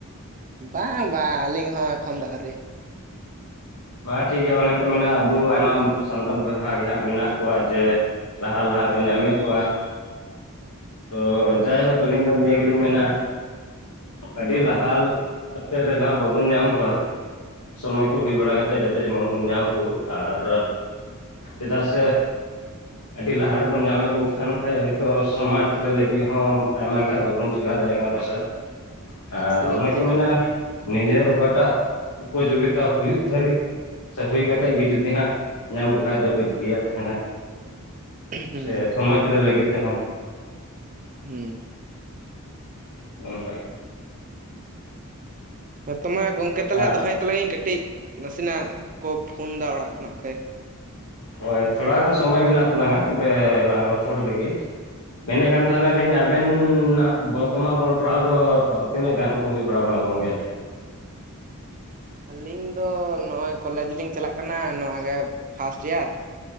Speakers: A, on the right; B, on the left.
A: ᱵᱟᱝᱼᱟ ᱵᱟᱝ ᱟᱹᱞᱤᱧ ᱦᱚᱸ ᱮᱠᱷᱚᱱ ᱫᱚ ᱟᱹᱣᱨᱤ ᱾
B: ᱢᱟ ᱴᱷᱤᱠ ᱜᱮᱭᱟ ᱚᱱᱮ ᱠᱚ ᱢᱮᱱᱟ, ᱟᱵᱩ ᱟᱭᱢᱟ ᱥᱟᱱᱛᱟᱲ ᱵᱚᱭᱦᱟ ᱜᱮ ᱦᱟᱸᱜ ᱢᱮᱱᱟᱜ ᱠᱚᱣᱟ ᱡᱮ ᱞᱟᱦᱟᱼᱞᱟᱦᱟ ᱠᱚ ᱧᱟᱢᱮᱜ ᱠᱚᱣᱟ ᱾ ᱛᱚ ᱡᱟᱭᱦᱩᱠ
A: ᱦᱩᱸ
B: ᱟᱹᱞᱤᱧ ᱫᱚ ᱱᱤᱭᱟᱹ ᱜᱮᱞᱤᱧ ᱢᱮᱱᱟᱼᱼ ᱟᱹᱰᱤ ᱞᱟᱦᱟ ᱩᱛᱟᱹᱨ ᱨᱮᱫᱚ ᱦᱟᱸᱜ ᱵᱟᱵᱚᱱ ᱧᱟᱢ ᱠᱚᱣᱟ ᱾ ᱥᱚᱢᱚᱭ ᱠᱚ ᱦᱩᱭ ᱵᱟᱲᱟ ᱠᱟᱛᱮ ᱡᱟᱛᱮ ᱡᱮᱢᱚᱱ ᱵᱚᱱ ᱧᱟᱢ ᱠᱩ ᱟᱨ ᱪᱮᱫᱟᱜ ᱥᱮ ᱟᱹᱰᱤ ᱞᱟᱦᱟ ᱨᱮᱵᱚᱱ ᱧᱟᱢᱮᱜ ᱠᱷᱟᱱ ᱠᱷᱟᱡ ᱦᱚᱭᱛᱚ ᱥᱚᱢᱟᱡᱽ <unintelligible> ᱨᱮ ᱞᱟᱹᱜᱤᱜ ᱦᱚᱸ ᱟᱭᱢᱟ ᱜᱮ ᱦᱟᱸᱜ ᱵᱟᱵᱚᱱ ᱪᱮᱠᱟ ᱫᱟᱲᱮᱭᱟᱜ ᱠᱟᱱᱟ ᱯᱟᱥᱮᱜ ᱟᱨ
A: ᱥᱮ
B: ᱚᱱᱮ
A: ᱴᱷᱤᱠ
B: ᱠᱚ ᱢᱮᱱᱟ ᱱᱤᱡᱮᱨ ᱚᱠᱟᱴᱟᱜ ᱩᱯᱚᱡᱚᱜᱤᱛᱟ ᱦᱩᱭᱩᱜ ᱫᱷᱟᱹᱨᱤᱡ ᱥᱮ ᱦᱩᱭ ᱠᱟᱛᱮᱜ ᱜᱮ ᱡᱩᱫᱤ ᱦᱟᱸᱜ ᱧᱟᱢ ᱠᱚ ᱠᱷᱟᱡ ᱫᱚ ᱟᱹᱰᱤ ᱵᱷᱟᱹᱜᱤᱭᱟᱜ ᱛᱟᱦᱮᱸᱱᱟ ᱾
A: ᱦᱩᱸ
B: ᱥᱮ ᱥᱚᱢᱟᱡᱽ ᱨᱮ ᱞᱟᱹᱜᱤᱫ ᱛᱮᱦᱚᱸ
A: ᱦᱩᱸ
B: <unintelligible>
A: ᱦᱮᱸ ᱛᱚ ᱢᱟ ᱜᱚᱝᱠᱮ ᱛᱟᱦᱞᱮ
B: ᱟᱨ
A: ᱫᱚᱦᱚᱭᱮᱫ ᱛᱟᱞᱟᱝ ᱤᱧ ᱠᱟᱹᱴᱤᱡ ᱱᱟᱥᱮᱱᱟᱜ ᱠᱚ ᱯᱷᱚᱱ ᱫᱟ ᱚᱲᱟᱜ ᱠᱷᱚᱱᱟᱜ ᱠᱷ᱾ <unintelligible>
B: ᱦᱚᱭ ᱛᱷᱚᱲᱟ ᱜᱟᱱ ᱥᱚᱢᱚᱭ ᱢᱮᱱᱟᱜ ᱛᱟᱞᱟᱝᱼᱟ, ᱛᱚᱵᱮ ᱞᱟᱝ ᱨᱚᱯᱚᱲ ᱞᱮᱜᱮ᱾ ᱢᱮᱱᱮᱜ ᱠᱟᱱ ᱛᱟᱦᱮᱸᱱᱟᱞᱤᱧ ᱟᱵᱤᱱᱻ ᱱᱟᱜ ᱵᱚᱨᱛᱚᱢᱟᱱ ᱚᱞ ᱯᱟᱲᱦᱟᱣ ᱫᱚᱻ ᱛᱤᱱᱟᱹ ᱜᱟᱱ ᱠᱚ ᱦᱩᱭ ᱵᱟᱲᱟᱣ ᱠᱟᱱᱟ ᱜᱚᱝᱠᱮ?
A: ᱟᱹᱞᱤᱧ ᱫᱚ ᱱᱚᱜᱼᱚᱭ ᱠᱚᱞᱮᱡᱽ ᱞᱤᱧ ᱪᱟᱞᱟᱜ ᱠᱟᱱᱟ, ᱱᱚᱜᱼᱚᱭ ᱜᱮ ᱯᱷᱟᱥᱴ ᱮᱭᱟᱨ᱾